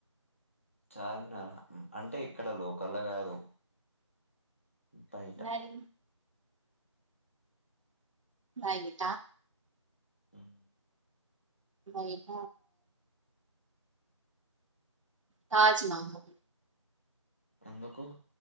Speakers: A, on the left; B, on the right.
A: చార్మినార అంటే ఇక్కడ లోకల్ల కాదు బయట
B: మరి బైట
A: ఉమ్.
B: బయట తాజ్మహల్
A: ఎందుకు